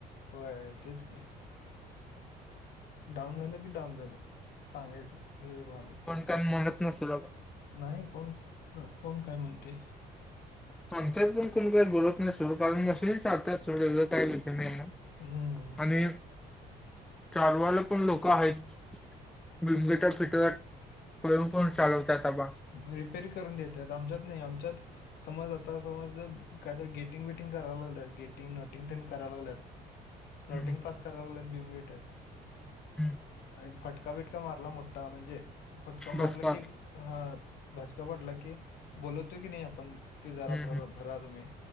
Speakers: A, on the left; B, in the centre.
A: होय. तेच की डाऊन झालं की, डाऊन झालं, सांगायचं, हे व्हालोय.
B: पण म्हणत नसतील बाबा
A: नाही कोण, कोण काय म्हणतय?
B: आमच्यात पण कोण काय बोलत नाय सोड, कारण मशीनरी चालतात सगलीकडं काय विषय नाय ये.
A: हम्म
B: आणि चालवायला पण लोक आहेत. बिन मीटर फिटर पळून पण चालवत आता बा
A: रिपेरी करून देत्यात. आमच्यात नाय आमच्यात समज आता समज, जर कायतर गेटिंग बेटिंग करायला लागल, गेट टिंग नोटिंग
B: हम्म
A: तेनं कराय लागल्यात. नोटिंग
B: हम्म
A: पास करा लागल्यात बिन मिटर
B: हम्म.
A: त्यानं फटका बिटका मारला मोठा, म्हणजे फटका मारला
B: बस का
A: की, हा भाजका पडला की, बोलवतोय की नाय आपण, ते जरा
B: हम्म
A: भर
B: हम्म
A: भरा तुम्ही,